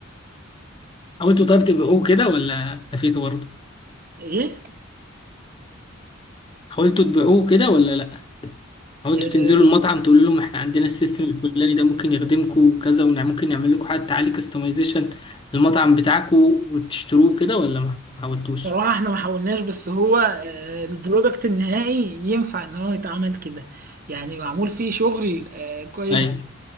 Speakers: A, on the left; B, on the right.
A: حاولتوا طيب تبيعوه كده ولا اكتفيتوا برضه
B: ايه
A: حاولتوا تبيعوه كده ولا لا حاولتوا
B: آه،
A: تنزلوا المطعم تقولوا لهم احنا عندنا السيستم الفلاني ده ممكن يخدمكم وكذا وممكن نعمل لكم حتى عليه كستمايزيشن للمطعم بتاعكم وتشتروه كده ولا ما حاولتوش
B: بصراحة احنا ما حاولناش بس هو آه، البرودكت النهائي ينفع ان هو يتعمل كده يعني معمول فيه شغل آه، كويس
A: ايوه